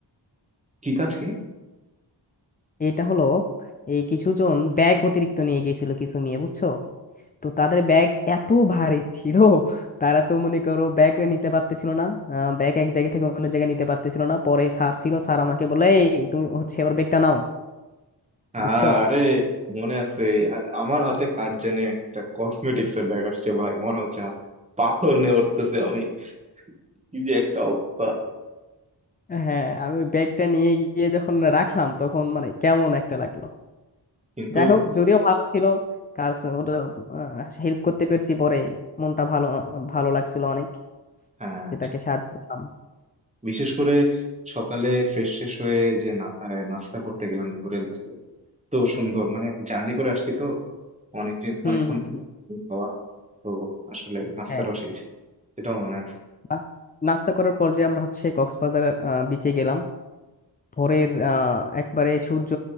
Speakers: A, on the right; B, on the left.
A: কি কাজ কি
B: এটা হলো এই কিছুজন ব্যাগ অতিরিক্ত নিয়ে গিয়েছিল কিছু নিয়ে বুঝছো তো তাদের ব্যাগ এত ভারী ছিল তারা তো মনে করো ব্যাগ নিতে পারতেছিল না আহ, ব্যাগ এক জায়গা থেকে অন্য জায়গায় নিতে পারতেছিল না পরে স্যার ছিল স্যার আমাকে বলে "এই, তুমি হচ্ছে ওর ব্যাগটা নাও
A: আরে
B: বুঝছো
A: মনে আছে আ- আমার হাতে কার জানে একটা কসমেটিক্স এর ব্যাগ আসছে ভাই মনে হচ্ছে হাত পাথর নিয়ে উঠতেছে আমি কি যে একটা অবস্থা
B: হ্যাঁ আমি ওই ব্যাগটা নিয়ে গিয়ে যখন রাখলাম তখন মানে কেমন একটা লাগলো
A: কিন্তু
B: যাই হোক যদিও ভালো ছিল কাজ ওটা হেল্প করতে পেরেছি পরে মনটা ভালো ভালো লাগছিল অনেক
A: হ্যাঁ
B: যে তাকে সাহায্য করলাম
A: বিশেষ করে সকালে ফ্রেশ ফ্রেশ হয়ে যে না- আহ, নাস্তা করতে গেলাম যে হোটেলটাতে তো সুন্দর মানে জার্নি করে আসছি তো অনেকদিন
B: হুম
A: অনেকক্ষণ
B: হুম
A: তো
B: হুম,
A: খাওয়া তো আসলে রাস্তাটাও
B: হ্যাঁ
A: সেই ছিল সেটাও মনে আছে
B: বা- নাস্তা করার পর যে আমরা হচ্ছে কক্সবাজার বিচে গেলাম ভোরের আহ, একবারে সূর্য